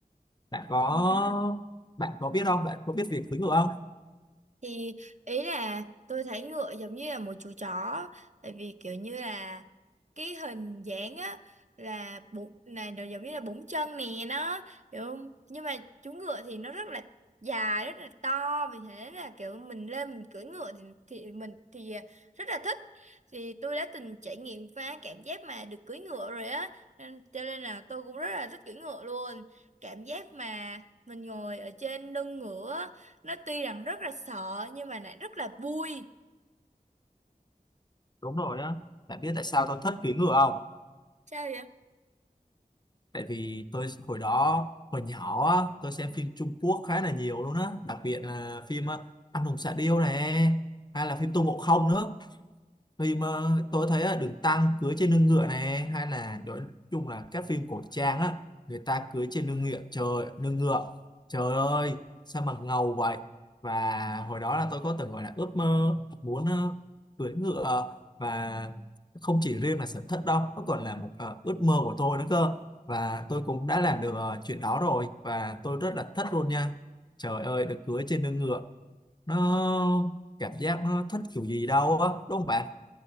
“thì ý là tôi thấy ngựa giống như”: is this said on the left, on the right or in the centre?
Right